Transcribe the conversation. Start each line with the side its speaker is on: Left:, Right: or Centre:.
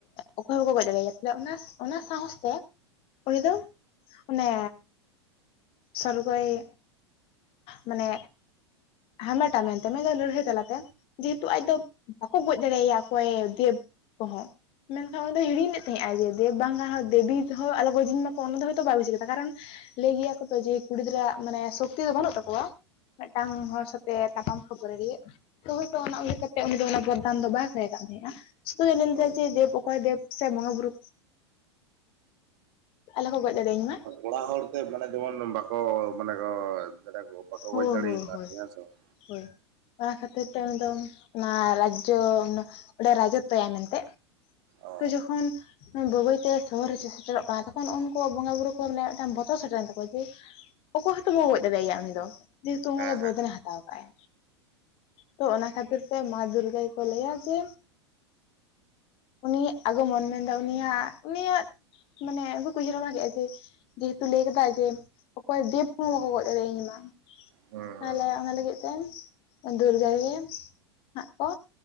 Left: ᱚᱠᱚᱭ ᱦᱚᱸ ᱵᱟᱠᱚ ᱜᱚᱡ ᱫᱟᱲᱮᱭᱟᱭᱟ ᱚᱱᱟ ᱚᱱᱟ ᱥᱟᱦᱚᱥ ᱛᱮ ᱩᱱᱤ ᱫᱚ ᱚᱱᱮᱻ ᱥᱚᱨᱜᱚᱭᱻ ᱢᱟᱱᱮ ᱦᱟᱢᱮᱴᱟ ᱢᱮᱱᱛᱮ ᱢᱮᱱ ᱫᱚ ᱞᱟᱹᱲᱦᱟᱹᱭ ᱛᱟᱞᱟᱛᱮ ᱡᱮ ᱦᱮᱛᱩ ᱟᱡ ᱫᱚ ᱵᱟᱠᱚ ᱜᱚᱡ ᱫᱟᱲᱮᱭᱟᱭᱟ ᱚᱠᱚᱭ ᱫᱮᱵᱽ ᱠᱚᱦᱚᱸ ᱢᱮᱱᱠᱷᱟᱱ ᱩᱱᱤ ᱫᱚ ᱦᱤᱲᱤᱧ ᱞᱮᱫ ᱛᱟᱦᱮᱸᱫ ᱟᱭ ᱡᱮ ᱫᱮᱵᱽ ᱵᱟᱝ ᱨᱮᱦᱚᱸ ᱫᱮᱵᱤ ᱨᱮ ᱦᱚᱸ ᱟᱞᱚ ᱜᱚᱡᱤᱧ ᱢᱟᱠᱚ ᱚᱱᱟ ᱫᱚ ᱦᱚᱭ ᱛᱚ ᱵᱟᱭ ᱵᱩᱡᱽ ᱠᱮᱫᱟ ᱠᱟᱨᱚᱱ ᱞᱟᱹᱭ ᱜᱮᱭᱟ ᱠᱚ ᱛᱚ ᱡᱮ ᱠᱩᱲᱤ ᱜᱤᱫᱽᱨᱟᱹ ᱢᱟᱱᱮ ᱥᱩᱠ ᱥᱩᱠᱛᱤ ᱫᱚ ᱵᱟᱹᱱᱩᱜ ᱛᱟᱠᱚᱣᱟ ᱢᱤᱫᱴᱟᱹᱝ ᱦᱚᱲ ᱥᱟᱶᱛᱮᱜ ᱛᱟᱯᱟᱢ ᱠᱷᱟᱹᱯᱟᱹᱨᱤ ᱨᱮᱭᱟᱜ ᱛᱚ ᱦᱚᱭᱛᱳ ᱚᱱᱟ ᱩᱭᱦᱟᱹᱨ ᱠᱟᱹᱼᱼ ᱩᱱᱤ ᱫᱚ ᱚᱱᱟ ᱵᱚᱨᱫᱟᱱ ᱫᱚ ᱵᱟᱭ ᱠᱷᱚᱭ ᱟᱠᱟᱫ ᱢᱮᱭᱟ ᱥᱩᱫᱷᱩ ᱡᱮ ᱞᱮᱞ ᱞᱮᱫᱟᱭ
Right: ᱚ
Left: ᱡᱮ ᱫᱮᱵ ᱚᱠᱚᱭ ᱫᱮᱵ ᱥᱮ ᱵᱚᱸᱜᱟᱼ ᱵᱩᱨᱩ ᱟᱞᱚ ᱠᱚ ᱜᱚᱡ ᱫᱟᱲᱮᱭᱟᱹᱧᱢᱟ
Right: ᱚᱲᱟᱜ ᱦᱚᱲ ᱛᱮ ᱢᱟᱱᱮ ᱡᱮᱢᱚᱱ ᱵᱟᱠᱚ ᱢᱟᱱᱮ ᱠᱚ ᱵᱟᱠᱚ
Left: ᱦᱳᱭ
Right: ᱜᱚᱡ ᱫᱟᱲᱮᱣᱟᱠᱟᱫᱮᱭᱟ
Left: ᱦᱳᱭ ᱦᱳᱭ
Right: ᱦᱮᱸᱥᱮ ᱵᱟᱝ
Left: ᱦᱳᱭ ᱚᱱᱟ ᱠᱷᱟᱹᱛᱤᱨ ᱛᱮ ᱩᱱᱤ ᱫᱚ ᱚᱱᱟ ᱨᱟᱡᱽᱡᱚ ᱚᱸᱰᱮ ᱨᱟᱡᱽᱡᱚᱛᱛᱚᱭᱟᱭ ᱢᱮᱱᱛᱮ
Right: ᱚ
Left: ᱛᱚ ᱡᱚᱠᱷᱚᱱ ᱵᱟᱹᱭ ᱵᱟᱹᱭ ᱛᱮ ᱥᱚᱦᱚᱨ ᱨᱮ ᱥᱮᱴᱮᱨᱚᱜ ᱠᱟᱱᱟ ᱛᱚᱠᱷᱚᱱ ᱩᱱᱠᱩᱣᱟᱜ ᱵᱚᱸᱜᱟ ᱵᱩᱨᱩ ᱠᱚ ᱞᱟᱹᱭᱮᱫ ᱛᱟᱦᱮᱸᱫ ᱵᱚᱛᱚᱨ ᱥᱮᱴᱮᱨᱮᱱ ᱛᱟᱠᱚᱣᱟ ᱠᱤ ᱚᱠᱚᱭ ᱦᱚᱸᱛᱚ ᱵᱟᱠᱚ ᱜᱚᱡ ᱫᱟᱲᱮᱭᱟᱭᱟ ᱩᱱᱤ ᱫᱚ ᱡᱮᱦᱮᱛᱩ ᱩᱱᱤᱫᱚ
Right: ᱦᱮᱸ ᱦᱮᱸ
Left: ᱵᱚᱫᱚᱞᱟ ᱦᱟᱛᱟᱣ ᱟᱠᱟᱫᱟᱭ ᱛᱚ ᱚᱱᱟ ᱠᱷᱟᱹᱛᱤᱨ ᱛᱮ ᱢᱟ ᱫᱩᱨᱜᱟᱹ ᱜᱮ ᱠᱚ ᱞᱟᱹᱭᱟ ᱡᱮ ᱩᱱᱤᱭᱟᱜ ᱟᱜᱚᱢᱚᱱ ᱢᱮᱱᱫᱟ ᱩᱱᱤᱭᱟᱜ ᱩᱱᱤᱭᱟᱜ ᱢᱟᱱᱮ ᱩᱱᱠᱩ ᱠᱚ ᱩᱭᱦᱟᱹᱨᱟ ᱵᱷᱟᱵᱽᱱᱟ ᱠᱮᱫᱼᱟ ᱡᱮ ᱡᱮᱦᱮᱛᱩ ᱞᱟᱹᱭ ᱠᱟᱫᱟᱭ ᱡᱮ ᱚᱠᱚᱭ ᱫᱮᱵᱽ ᱦᱚᱸ ᱵᱟᱠᱚ ᱜᱚᱡ ᱫᱟᱲᱮᱭᱟᱹᱧ ᱢᱟ
Right: ᱦᱩᱸ
Left: ᱛᱟᱦᱚᱞᱮ ᱚᱱᱟ ᱞᱟᱹᱜᱤᱫ ᱛᱮ ᱫᱩᱨᱜᱟᱹ ᱜᱮ ᱦᱟᱸᱜ ᱠᱚ